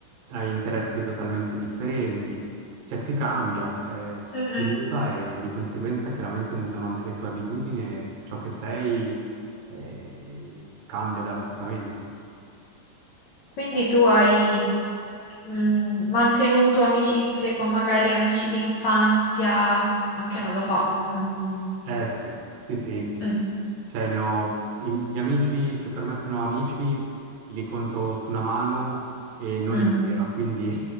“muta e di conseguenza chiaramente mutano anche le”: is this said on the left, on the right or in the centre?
Right